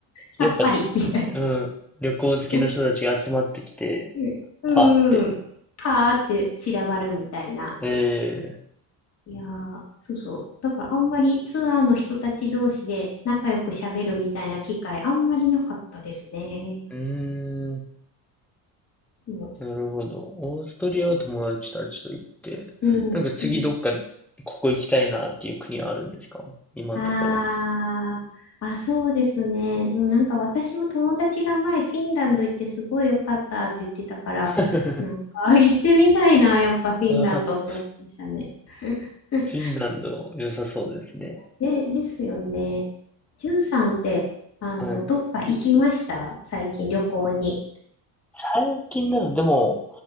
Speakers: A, on the left (about 35°); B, in the centre.
A: さっぱり、
B: やっぱ、
A: みたい
B: うん、旅行好きの人たちが集まってきて、
A: な。<laughs> うんうん。
B: パーって。
A: パーって散らばるみたいな。
B: ええ
A: いやー、そうそう。だからあんまりツアーの人たち同士で仲良く喋るみたいな機会あんまりなかったですね。
B: うーん、
A: もう
B: なるほど。オーストリアは友達たちと行って、
A: うん。
B: なんか次どっか、
A: うん
B: ここ行きたいなっていう国はあるんですか今のところ。
A: あーあ、そうですね。でもなんか私も友達が前フィンランド行ってすごい良かったって言ってたから、
B: <laughs> あ
A: なんかあ行ってみたいな、やっぱフィンランドって思いましたね。
B: ー
A: <laughs>
B: フィンランド良さそうですね。
A: で、ですよね。ジュンさんって、あの、
B: はい。
A: どっか行きました最近旅行に。
B: 最近だとでも、